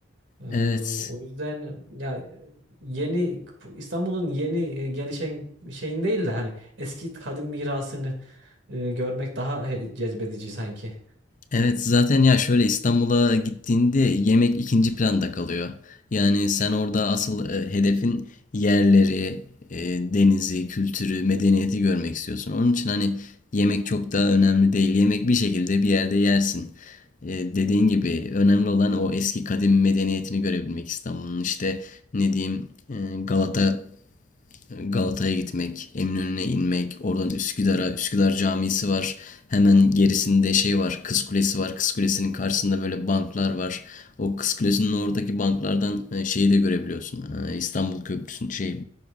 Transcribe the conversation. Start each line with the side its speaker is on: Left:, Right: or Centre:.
Right: Ee,
Left: Evet.
Right: o yüzden ya e, yeni İstanbul'un yeni e, gelişen şeyin değil de hani eski kadim mirasını e, görmek daha he- cezbedici sanki.
Left: Evet zaten ya şöyle İstanbul'a gittiğinde yemek ikinci planda kalıyor. Yani sen orada asıl e, hedefin yerleri, e, denizi, kültürü, medeniyeti görmek istiyorsun. Onun için hani yemek çok daha önemli değil. Yemek bir şekilde bir yerde yersin. E, dediğin gibi önemli olan o eski kadim medeniyetini görebilmek İstanbul'un. İşte ne diyeyim e, Galata Galata'ya gitmek, Eminönü'ne inmek, oradan Üsküdar'a, Üsküdar Camisi var. Hemen gerisinde şey var, Kız Kulesi var. Kız Kulesi'nin karşısında böyle banklar var. O Kız Kulesi'nin oradaki banklardan e, şeyi de görebiliyorsun. E, İstanbul Köprüsü'nün şey